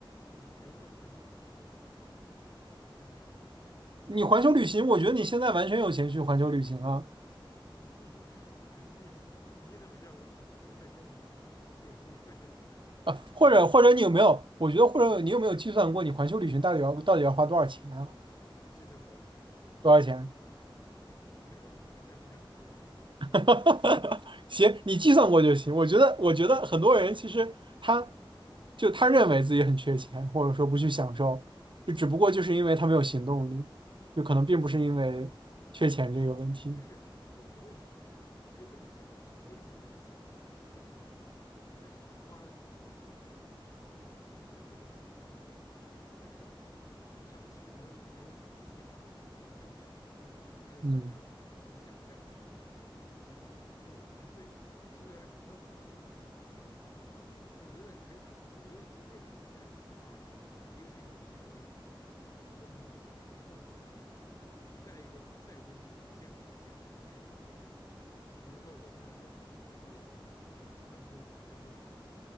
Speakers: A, on the left; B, on the right.
A: 嗯，比如说环球旅行，我我挺想干的，我真挺想干的，
B: 你环球旅行，
A: 但我现在
B: 我觉得你现在完全有钱去环球旅行啊。
A: 你不是意思，你怎么知道我我那我现在有有足够钱去环球旅行？
B: 啊，或者或者你有没有？我觉得或者你有没有计算过你环球旅行到底要到底要花多少钱啊？
A: 我计算过呀。
B: 多少钱？
A: 那我那我现在不想说，
B: <laughs> 行，
A: 我
B: 你计算过就行。我觉得我觉得很多人其实他就他认为自己很缺钱，或者说不去享受，就只不过就是因为他没有行动力，就可能并不是因为缺钱这个问题。
A: 嗯是的，就是我可不可以准备可以这么想？很多人不是想攒那么多钱，很多人想花那么多钱，可以你觉得可以这么转换吗？就是他们其实没有没有计划，就怎么能挣这笔钱，或者你要拿这钱干嘛？
B: 嗯，
A: 他们只是想象自己自己自己自己有那么钱。所以说回来，你问我能不能躺平，那我觉得可以躺平。我觉得无非两种情况嘛，一个是你提升自己的能力，你父母很有钱，你很有能力。再一个，再不济，降降降低你的欲望。比如说，我现在的欲那个欲望是环球环球旅行，